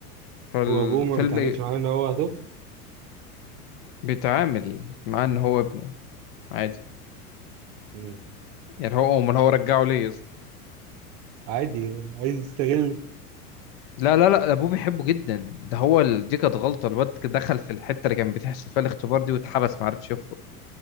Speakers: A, on the left; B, on the right.
A: فالفيلم
B: وابوه ما بيتعاملش معاه ان هو طفل
A: بيتعامل مع ان هو ابنه عادي
B: مم.
A: يعني هو امال هو رجعه ليه يا اسطى؟
B: عادي عايز يستغل
A: لا لا لا ابوه بيحبه جدا ده هو ال- دي كانت غلطه الواد دخل في الحته اللي كان بتحصل فيها الاختبار دي واتحبس ما عرفش يخرج